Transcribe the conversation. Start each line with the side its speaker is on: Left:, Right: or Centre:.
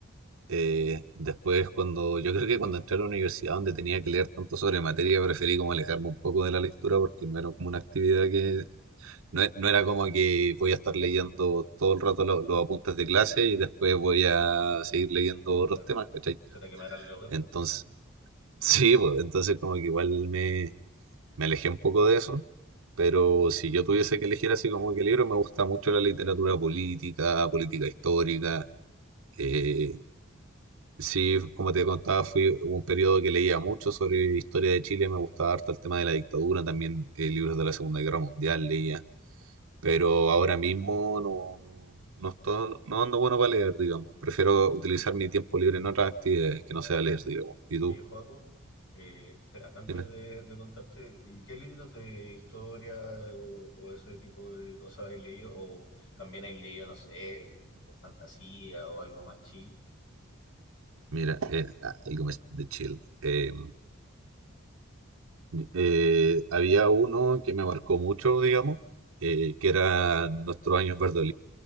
Right: eh, después cuando, yo creo que cuando entré a la universidad donde tenía que leer tanto sobre materia, preferí como alejarme un poco de la lectura porque no era como una actividad que No, e- no era como que voy a estar leyendo todo el rato lo- los apuntes de clase y después voy a seguir leyendo otros
Left: Claro.
Right: temas, ¿cachai?
Left: Se te quemarán los
Right: Entonces,
Left: ojos.
Right: <laughs> sí, pues entonces como que igual me, me alejé un poco de eso, pero si yo tuviese que elegir así como que libro, me gusta mucho la literatura política, política histórica. eh, sí, como te contaba, fui hubo un periodo que leía mucho sobre historia de Chile, me gustaba harto el tema de la dictadura, también eh, libros de la Segunda Guerra Mundial leía. pero ahora mismo no, no, no estoy- no ando bueno para leer, digamos.
Left: Ya.
Right: Prefiero
Left: Y,
Right: utilizar mi tiempo libre en otras actividades
Left: ya.
Right: que no sea leer, digamos. ¿Y tú?
Left: videojuego. Eh, espera, antes
Right: Dime.
Left: de, de contarte, ¿y ¿qué libros de historia eh, o, o ese tipo de cosas has leído? ¿O también has leído, no sé, de fantasía o algo más chill?
Right: Mira, eh, ah, algo más de chill. Eh, eh, había uno que me marcó mucho, digamos, eh, que era Nuestros años verde